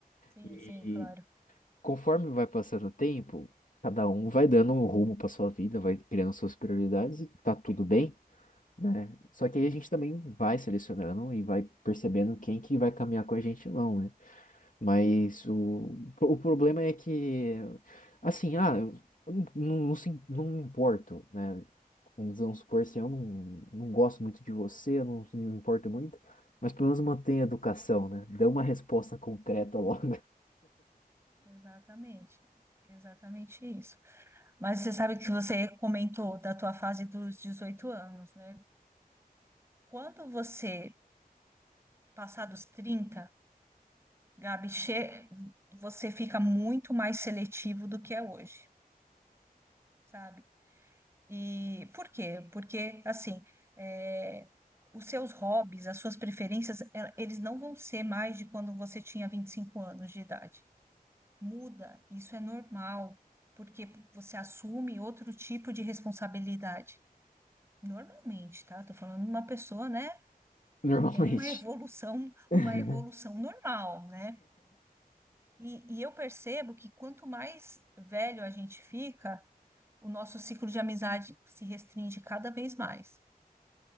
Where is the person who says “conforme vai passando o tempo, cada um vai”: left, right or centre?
Left